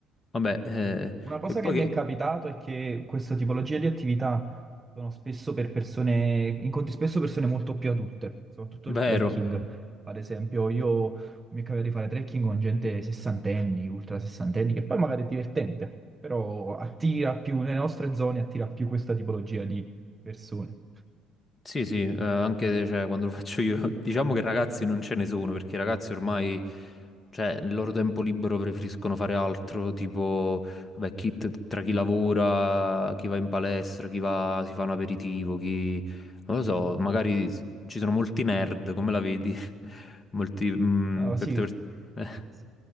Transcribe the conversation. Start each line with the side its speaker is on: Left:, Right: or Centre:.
Left: vabbè, eh,
Right: Una cosa
Left: e poi
Right: che mi
Left: che...
Right: è capitato è che questa tipologia di attività sono spesso per persone, incontri spesso persone molto più adulte, soprattutto il
Left: Vero,
Right: trekking. Ad esempio, io mi è capitato di fare trekking con gente sessantenni, ultra sessantenni, che poi magari è divertente, però attira più, nelle nostre zone attira più questa tipologia di persone.
Left: Sì, sì, eh, anche cioè, quando <laughs> lo faccio io, <laughs> diciamo che ragazzi non ce ne sono, perché i ragazzi ormai, cioè, nel loro tempo libero preferiscono fare altro, tipo, vabbè, chi, t- tra chi lavora, chi va in palestra, chi va, si fa un aperitivo, chi, non lo so, magari s- ci sono molti nerd, come la vedi? <laughs> Molti, mm,
Right: No,
Left: per,
Right: sì,
Left: per- <laughs> eh.
Right: sì,